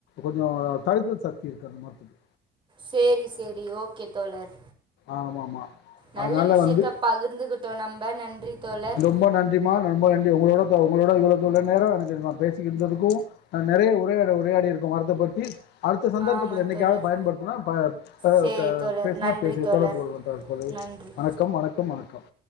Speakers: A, on the left (about 80°); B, on the right (about 30°).
A: கொஞ்சோ தடுக்கர சக்தி கமத்துது
B: செரி செரி ஓகே தோழர்
A: ஆமாமா.
B: நல்ல
A: அதனால
B: விஷயத்த
A: வந்து
B: பகிர்ந்துகிட்டோ நம்ப நன்றி தோழர்
A: ரொம்ப நன்றிம்மா ரொம்ப நன்றி உங்களோட இப்ப உங்களோட இவ்வளவு நேரம் பேசுகிட்டு இருக்கோ நிறைய உரையாடல் உரையாடி இருக்கோ மரத்த பத்தி அடுத்த சந்தர்பத்தில
B: ஆமா
A: என்னைக்குாவது
B: தோழர்
A: பயன்படுத்தனா ப ப
B: சேரி
A: க
B: தோழர்
A: பேசினா
B: நன்றி தோழர்
A: தொடர்பு கொள்ளவு தோழி
B: நன்றி
A: வணக்கம் வணக்கம் க்கு வணக்கம்